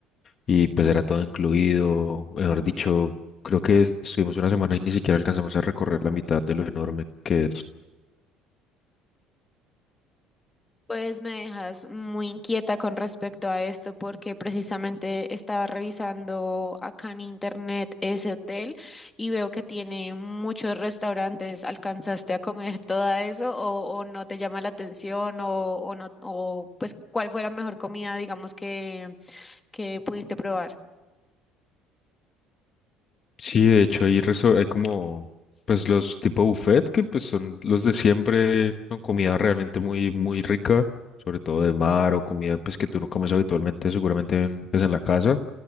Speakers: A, on the left (about 40°); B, on the left (about 15°).
A: Y pues era todo incluido. Mejor dicho, creo que estuvimos una semana y ni siquiera alcanzamos a recorrer la mitad de lo enorme que es.
B: Pues me dejas muy inquieta con respecto a esto porque precisamente estaba revisando acá en internet ese hotel y veo que tiene muchos restaurantes. ¿Alcanzaste a comer todo eso o, o no te llama la atención o, o no o pues cuál fue la mejor comida digamos que que pudiste probar?
A: Sí, de hecho hay, reso- hay como pues los tipo buffet que pues son los de siempre con comida realmente muy muy rica, sobre todo de mar o comida pues que tú no comes habitualmente seguramente en, pues en la casa.